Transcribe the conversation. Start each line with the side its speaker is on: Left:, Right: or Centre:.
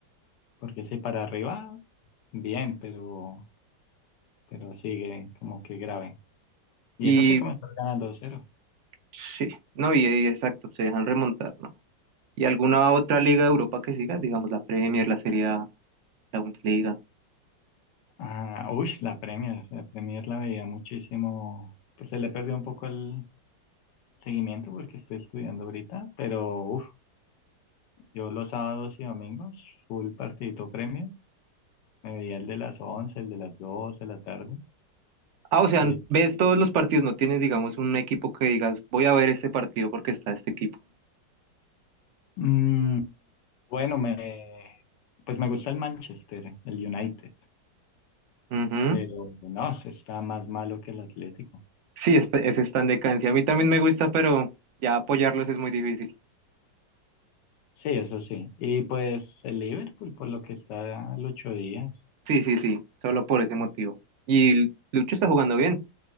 Left: Porque si para arriba, bien, pero, pero sigue como que grave. Y
Right: Y
Left: eso que comenzó ganando cero 0
Right: sí, no, y, y exacto, se dejan remontar, ¿no? ¿Y alguna otra liga de Europa que sigas? Digamos, la Premier, la Serie A, la Bundesliga.
Left: Ah, uy, la Premier, la Premier la veía muchísimo. Pues se le perdió un poco el seguimiento porque estoy estudiando ahorita, pero uf, yo los sábados y domingos, full partidito Premier, me veía el de las 11 el de las 2 de la tarde.
Right: Ah, o sea,
Left: Y,
Right: ves todos los partidos, no tienes, digamos, un equipo que digas, voy a ver este partido porque está este equipo.
Left: mm, bueno, me, pues me gusta el Manchester, el United.
Right: Ujú.
Left: Pero no, se está más malo que el Atlético.
Right: Sí, este- ese está en decadencia. A mí también me gusta, pero ya apoyarlos es muy difícil.
Left: Sí, eso sí. Y pues el Liverpool, por lo que está al ocho días.
Right: Sí, sí, sí, solo por ese motivo. Y Lucho está jugando bien.